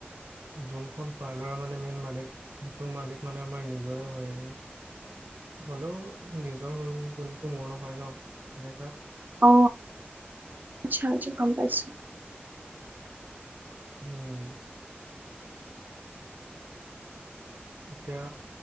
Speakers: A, on the right; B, on the right.
A: যোনখন পাৰ্লাৰ মানে, মেইন মালিক সেইটো মালিক মানে, আমাৰ নিজৰে হ'য়। হ'লো, নিজৰ হ'ল বুলিতো মোৰ নহয় ন'। তেনে
B: অ, আচ্ছা আজি গম পাইছো।
A: উম এতিয়া,